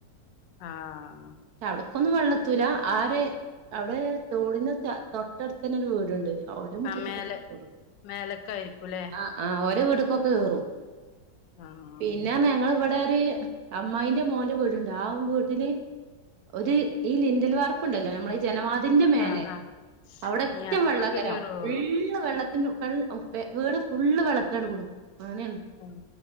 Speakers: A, on the left; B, on the right.
A: ആഹ്
B: അവിടെക്കൊന്നും വെള്ളെത്തൂലാ ആ ഒര് അവിടെ തോടിന് <unintelligible> തൊട്ടടുത്തന്നെ ഒരു വീട്ണ്ട് ആഹ് ഓരെ മുറ്റത്ത്ക്കൊക്കെ
A: ആ മേലെ
B: കേറും
A: മേലക്ക ആയിരിക്കൂല്ലേ
B: ആഹ് ആഹ് ഓരെ വീട്ട്ക്ക്ക്കൊക്കെ കേറും
A: ആഹ്
B: പിന്നെ പറഞ്ഞാ ഞങ്ങള് ഇവിടെ ഒര് അമ്മായിന്റെ മോന്റെ വീട്ണ്ട് ആഹ് വീട്ടില് ഒരു ഈ ലിൻഡൽവാർ ഇണ്ടല്ലോ നമ്മളെ ഈ ജനവാതിലിന്റെ മേലെ
A: ആഹ് ആഹ്
B: അവിടറ്റം
A: നീ അത്രൊക്കെ
B: വെള്ളാക്കാരം
A: കേറുവോ
B: ഫുള്ള് വെള്ള ത്തിന്റെ <unintelligible> വീട് ഫുള്ള് വെള്ളത്തിലാണ് <unintelligible> അങ്ങനെയാണ്
A: ആഹ്